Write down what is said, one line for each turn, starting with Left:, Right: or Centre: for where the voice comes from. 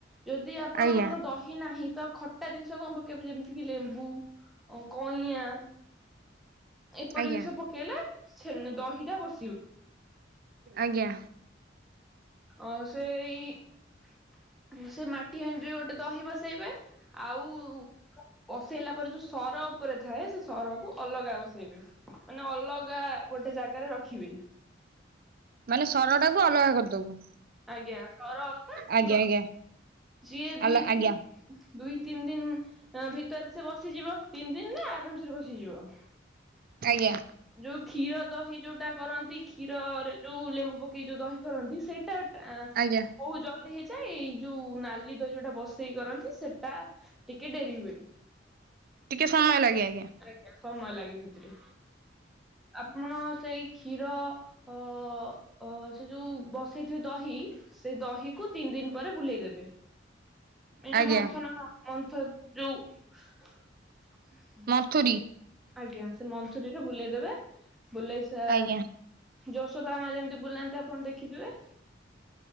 Centre: ଯଦି ଆ ଆପଣଙ୍କର
Right: ଆଜ୍ଞା
Centre: ଦହି ନାହିଁ ତ ଖଟ୍ ଖଟା ଜିନିଷ କଣ ପକେଇବେ ଯେମିତିକିି ଲେମ୍ବୁ କଇଁଆ ଏପରି
Right: ଆଜ୍ଞା
Centre: ଜିନିଷ ପକେଇଲେ ଛେନ୍ ଦହିଟା ବସ୍
Right: ଆଜ୍ଞା।
Centre: ଅ ସେଇ ସେ ମାଟି ହାଣ୍ଡିରେ ଗୋଟେ ଦହି ବସେଇବେ। ଆଉ ବସେଇଲା ପରେ ଯୋଉ ସର ଉପରେ ଥାଏ ସେ ସରକୁ ଅଲଗା ବସେଇବେ। ମାନେ ଅଲଗା ଗୋଟେ ଜାଗାରେ ରଖିବେ।
Right: ମାନେ ସର ଟାକୁ ଅଲଗା କରିଦବୁ।
Centre: ଆଜ୍ଞା ସର ଅଲଗା କ୍ଷୀର
Right: ଆଜ୍ଞା ଆଜ୍ଞା
Centre: ସିଏ
Right: ଆଲ
Centre: ଦୁଇ ତିନି
Right: ଆଜ୍ଞା
Centre: ଦୁଇ ତିନି ଦିନ୍ ଭିତରେ ସେ ବସିଯିବ ତିନି ଦିନରେ ଆରାମ୍ ସେରେ ବସିଯିବ।
Right: ଆଜ୍ଞା।
Centre: ଯୋଉ କ୍ଷୀର ଦହି ଯୋଉଟା କରନ୍ତି କ୍ଷୀରରେ ଯୋଉ ଲେମ୍ବୁ ପକେଇକି ଯୋଉ ଦହି କରନ୍ତି ସେଇଟା ଆଁ
Right: ଆଜ୍ଞା।
Centre: ବହୁତ ଜଲ୍ଦି ହେଇ ଯାଇ ଏଇ ଯୋଉ ନାଲି ଦହି ଯୋଉଟା ବସେଇ କରନ୍ତି ସେଟା ଟିକେ ଡେରି ହୁଏ।
Right: ଟିକେ ସମୟ ଲାଗେ ଆଜ୍ଞା।
Centre: ଆଜ୍ଞା ସମୟ ଲାଗେ ସେଥିରେ ଆପଣ ସେଇ କ୍ଷୀର ଅ ଅ ସେ ଯୋଉ ବସେଇଥିବେ ଦହି। ସେଇ ଦହିକୁ ତିନି ଦିନ ପରେ ବୁଲେଇଦେବେ। ଏ ଯୋଉ
Right: ଆଜ୍ଞା
Centre: ମନ୍ଥନ ମନ୍ଥ ଯୋଉ ଉଁ
Right: ମନ୍ଥୁରୀ
Centre: ହୁଁ। ଆଜ୍ଞା ସେ ମନ୍ଥୁରୀ ରେ ବୁଲେଇଦବେ ବୁଲେଇସା
Right: ଆଜ୍ଞା
Centre: ଯଶୋଦା ମା ଯେମିତି ବୁଲାନ୍ତି ଆପଣ ଦେଖିଥିବେ।